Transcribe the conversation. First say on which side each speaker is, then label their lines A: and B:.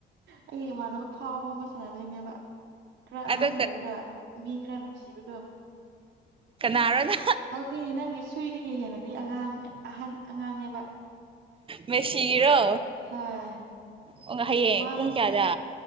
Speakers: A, on the right; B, on the right.
A: ꯑꯩꯒꯤ ꯏꯃꯥꯟꯅꯕ ꯐꯥꯎꯕ ꯑꯃ ꯁꯥꯟꯅꯗꯣꯏꯅꯦꯕ ꯈꯔ ꯑꯍꯟ
B: ꯑꯗꯣ
A: ꯑꯣꯏꯔꯒ ꯃꯤ ꯈꯔ ꯅꯨꯡꯁꯤꯕ
B: ꯀꯅꯥꯔꯣꯅ
A: ꯍꯗ ꯅꯪꯒꯤ ꯁꯨꯏꯗꯒꯤ ꯍꯦꯅꯦ ꯑꯗꯤ ꯑꯉꯥꯡ ꯑꯍꯟ ꯑꯉꯥꯡꯅꯦꯕ
B: ꯃꯦꯁꯤꯒꯤꯔꯣ
A: ꯍꯣꯏ
B: ꯑꯣ ꯍꯌꯦꯡ
A: ꯃꯥꯕꯨ
B: ꯄꯨꯡ ꯀꯌꯥꯗ